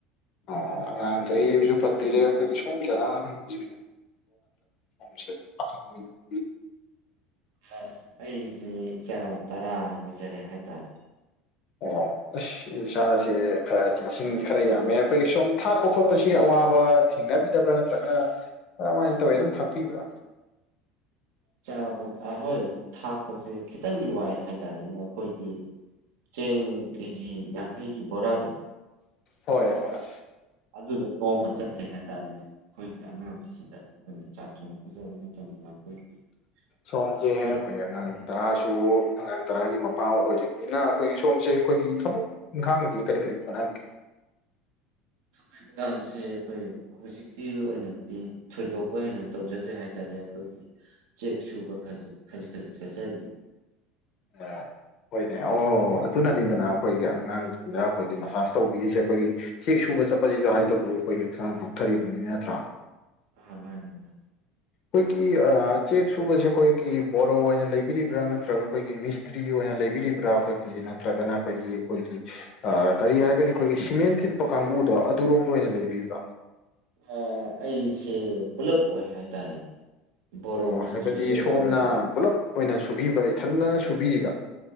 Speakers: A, on the left; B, on the right.
A: ꯑꯣ ꯑꯉꯥꯡꯈꯩꯁꯨ ꯄꯟꯕꯤꯔꯦ ꯑꯩꯈꯣꯏꯒꯤ ꯁꯣꯝꯒꯤ ꯑꯉꯥꯡꯖꯤꯕꯤ ꯁꯦ ꯄ <unintelligible>
B: ꯑꯦ ꯑꯩꯁꯦ ꯏꯆꯥ ꯇꯔꯥ ꯂꯩꯖꯔꯦ ꯍꯥꯏꯇꯥꯔꯦ
A: ꯑꯣ ꯑꯩꯁ ꯏꯥꯁꯥꯁꯦ ꯈꯔꯗꯤ ꯃꯁꯤꯡꯗꯤ ꯈꯔ ꯌꯥꯝꯃꯦ ꯑꯩꯈꯣꯏꯒꯤ ꯁꯣꯝ ꯊꯥꯛꯄ ꯈꯣꯠꯄꯁꯤ ꯑꯋꯥꯕ ꯊꯦꯡꯅꯕꯤꯗꯕ꯭ꯔꯥ ꯅꯠꯇ꯭ꯔꯒꯅ ꯀꯔꯝꯃꯥꯏꯅ ꯇꯧꯔꯤꯅꯣ ꯑꯗꯨꯝ ꯊꯥꯛꯄꯤꯕ꯭ꯔꯥ
B: ꯆꯥꯕ ꯍꯣꯏ ꯊꯥꯛꯄꯁꯦ ꯈꯤꯇꯪꯗꯤ ꯋꯥꯏ ꯍꯥꯏꯇꯥꯔꯦꯅꯦ ꯑꯩꯈꯣꯏꯒꯤ ꯆꯦꯡ ꯀꯦꯖꯤ ꯌꯥꯡꯈꯩꯒꯤ ꯕꯣꯔꯥꯗꯣ
A: ꯍꯣꯏ ꯍꯣꯏ
B: ꯑꯗꯨꯗꯣ ꯅꯣꯡꯃ ꯆꯠꯇꯦ ꯍꯥꯏꯇꯥꯔꯦꯅꯦ ꯑꯩꯈꯣꯏꯒꯤ ꯑꯉꯥꯡꯒꯤꯁꯤꯗ ꯑꯩꯈꯣꯏꯅ ꯆꯥꯛ ꯊꯣꯡ ꯄꯤꯖꯕ ꯃꯇꯝꯗ ꯑꯩꯈꯣꯏꯒꯤ
A: ꯁꯣꯝꯖꯦ
B: ꯑꯩꯈꯣꯏꯒꯤ
A: ꯑꯩꯈꯣꯏ ꯑꯉꯥꯡ
B: ꯊꯕꯛ
A: ꯇꯔꯥꯁꯨ ꯑꯉꯥꯡ ꯇꯔꯥꯒꯤ ꯃꯄꯥ ꯑꯣꯏꯔꯤꯝꯅꯤꯅ ꯑꯩꯈꯣꯏ ꯁꯣꯝꯁꯦ ꯑꯩꯈꯣꯏꯒꯤ ꯊꯕꯛ ꯏꯪꯈꯥꯡꯗꯤ ꯀꯔꯤ ꯀꯔꯤ ꯍꯣꯅꯕꯤꯔꯤ
B: ꯊꯕꯛ ꯏꯪꯒꯥꯡꯁꯦ ꯑꯩꯈꯣꯏ ꯍꯧꯖꯤꯛꯀꯤ ꯑꯣꯏꯅꯗꯤ ꯊꯣꯏꯗꯣꯛꯄ ꯍꯦꯟꯅ ꯇꯧꯖꯗ꯭ꯔꯦ ꯍꯥꯏꯇꯥꯔꯦ ꯑꯩꯈꯣꯏꯒꯤ ꯆꯦꯛ ꯁꯨꯕ ꯈꯖꯥ ꯈꯖꯤꯛ ꯈꯖꯤꯛ ꯆꯠꯆꯔꯤꯌꯦ
A: <unintelligible> ꯍꯣꯏꯅꯦ ꯑꯣ ꯑꯗꯨꯅꯅꯤꯗꯅ ꯑꯩꯈꯣꯏꯒꯤ ꯑꯉꯥꯡꯁꯤꯡꯗ ꯑꯩꯈꯣꯏꯒꯤ ꯃꯁꯥꯁ ꯇꯧꯕꯤꯔꯤꯁꯦ ꯑꯩꯈꯣꯏꯒꯤ ꯆꯦꯛ ꯁꯨꯕ ꯆꯠꯄꯁꯤꯗ ꯍꯥꯏꯗꯕꯨ ꯑꯩꯈꯣꯏꯒꯤ ꯍꯛꯆꯥꯡ ꯆꯣꯛꯊꯔꯤꯕꯅꯤ ꯅꯠꯇ꯭ꯔꯥ
B: ꯑ ꯃꯥꯅꯤ ꯃꯥꯅꯤ
A: ꯑꯩꯈꯣꯏꯒꯤ ꯑ ꯆꯦꯛ ꯆꯨꯕꯖꯦ ꯑꯩꯈꯣꯏꯒꯤ ꯕꯣꯔꯣ ꯑꯣꯏꯅ ꯂꯩꯕꯤꯔꯤꯕ꯭ꯔꯥ ꯅꯠꯇ꯭ꯔꯒ ꯑꯩꯈꯣꯏꯒꯤ ꯃꯤꯁ ꯇ꯭ꯔꯤ ꯑꯣꯏꯅ ꯂꯩꯕꯤꯔꯤꯕ꯭ꯔꯥ ꯑꯩꯈꯣꯏꯒꯤ ꯅꯠꯇ꯭ꯔꯒꯅ ꯑꯩꯈꯣꯏꯒꯤ ꯑꯩꯈꯣꯏꯒꯤ ꯑ ꯀꯔꯤ ꯍꯥꯏꯒꯅꯤ ꯑꯩꯈꯣꯏꯒꯤ ꯁꯤꯃꯦꯟ ꯊꯤꯠꯄ ꯀꯥꯡꯒꯨꯗꯣ ꯑꯗꯨꯔꯣꯝꯗ ꯑꯣꯏꯅ ꯂꯩꯕꯤꯕ꯭ꯔꯥ
B: ꯑ ꯑꯩꯁꯦ ꯄꯨꯂꯞ ꯑꯣꯏ ꯍꯥꯏꯇꯥꯔꯦꯅꯦ ꯕꯣꯔꯣ
A: ꯑꯣ
B: ꯃꯤꯁꯇ꯭ꯔꯤꯁꯨ
A: ꯍꯥꯏꯕꯗꯤ ꯁꯣꯝꯅ
B: ꯑꯣꯏ
A: ꯄꯨꯂꯞ ꯑꯣꯏꯅ ꯁꯨꯕꯤꯕ ꯏꯊꯟꯗꯅ ꯁꯨꯕꯤꯔꯤꯔ